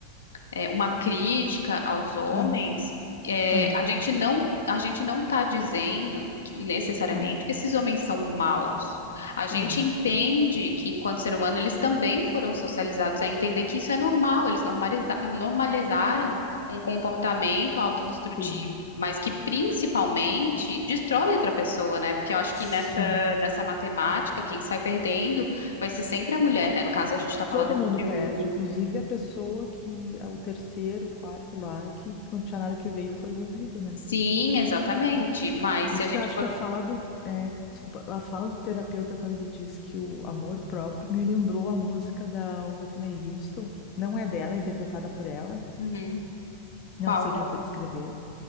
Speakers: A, on the left (about 70°); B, on the left (about 35°).
A: é, uma crítica aos homens,
B: Ah,
A: é,
B: ah,
A: a gente não a gente não está dizendo que, necessariamente
B: ah,
A: que esses homens são maus. A gente
B: é.
A: entende que, enquanto ser humano, eles também foram socializados a entender que isso é normal, eles normaliza- normalizaram um comportamento autodestrutivo,
B: Sim,
A: mas que principalmente destrói outra pessoa, né? Porque eu acho
B: sim.
A: que nessa, nessa matemática, quem sai perdendo vai ser sempre a mulher, né? No caso, a gente está falando
B: Todo
A: aqui
B: mundo
A: de
B: perde,
A: um
B: inclusive a pessoa que, o terceiro, o quarto lá, que não tinha nada que ver e que foi envolvido, né?
A: Sim, exatamente. Mas
B: Por
A: se
B: isso
A: a gente.
B: que eu acho
A: bot-
B: que a fala do, é, desculpa, a fala do terapeuta quando ele diz que o amor próprio me lembrou a música da Whitney Houston. Não é dela, é interpretada por ela.
A: Uhum. Qual
B: Não sei
A: delas?
B: quem foi que escreveu.